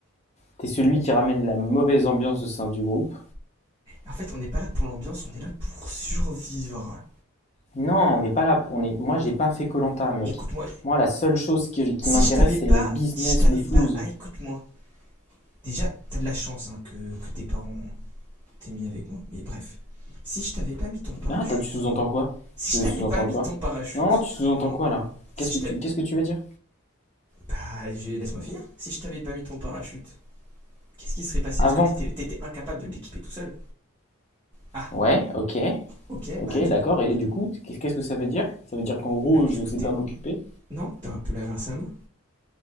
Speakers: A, on the left; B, on the right.
A: t'es celui qui ramène la mauvaise ambiance au sein du groupe.
B: En fait, on n'est pas là pour l'ambiance, on est là pour survivre.
A: Non, on n'est pas là. On est... Moi, j'ai pas fait koh mec.
B: Écoute-moi,
A: Moi, la seule chose que- qui
B: si
A: m'intéresse,
B: je t'avais pas,
A: c'est le business,
B: je t'avais
A: le flouze.
B: pas ah écoute-moi. Déjà, t'as de la chance hein, que, que tes parents t'aient mis avec moi, mais bref. Si je t'avais pas mis ton parachute,
A: Ah, t'as- tu sous-entends quoi?
B: si
A: Tu
B: je t'avais
A: sous-entends
B: pas mis
A: quoi?
B: ton parachute,
A: Non, tu sous-entends
B: hum,
A: quoi là?
B: si
A: Qu'est-ce que
B: je
A: tu,
B: t'avais.
A: qu'est-ce que tu veux dire?
B: Bah, laisse-moi finir. Si je t'avais pas mis ton parachute, qu'est-ce qui serait passé
A: Avant.
B: Parce que t'étais, t'étais incapable de l'équiper tout seul. Ah,
A: Ouais, ok,
B: ok,
A: ok,
B: bah du
A: d'accord.
B: coup,
A: Et, et du coup, qu'est- qu'est-ce que ça veut dire? Ça veut dire qu'en gros,
B: bah,
A: je
B: du coup,
A: sais
B: t'es
A: pas m'occuper.
B: Non, t'as un peu la grâce à moi.